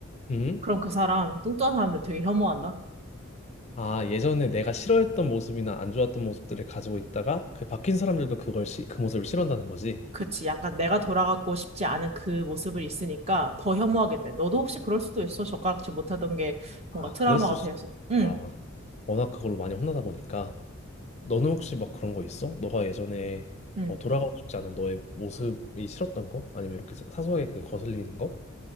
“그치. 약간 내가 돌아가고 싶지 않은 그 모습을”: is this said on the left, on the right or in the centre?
Right